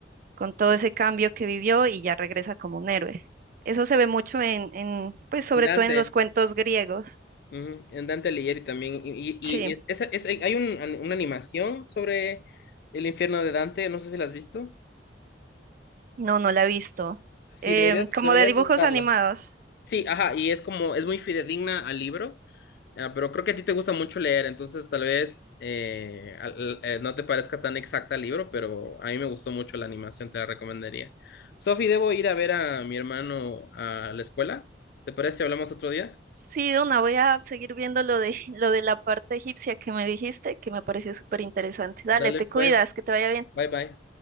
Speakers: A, on the right; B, on the left.
A: con todo ese cambio que vivió y ya regresa como un héroe. Eso se ve mucho en, en, pues sobre
B: Dante.
A: todo en los cuentos griegos.
B: ujú, En Dante Alighieri también. Y, y-
A: Sí,
B: y es, esa- es- hay un- una animación sobre el infierno de Dante, no sé si la has visto.
A: no, no la he visto.
B: Sí,
A: Em,
B: deberías,
A: como
B: deberías
A: de dibujos
B: buscarla.
A: animados.
B: Sí, ajá, y es como, es muy fidedigna al libro. Ah, pero creo que a ti te gusta mucho leer, entonces tal vez eh, al- eh, no te parezca tan exacta el libro, pero a mí me gustó mucho la animación, te la recomendaría. Sofi, debo ir a ver a mi hermano a la escuela. ¿Te parece si hablamos otro día?
A: Sí, Duna, voy a seguir viendo lo de, <laughs> lo de la parte egipcia que me dijiste, que me pareció súper interesante. Dale,
B: Dale
A: te
B: pues,
A: cuidas, que te vaya bien.
B: bye bye.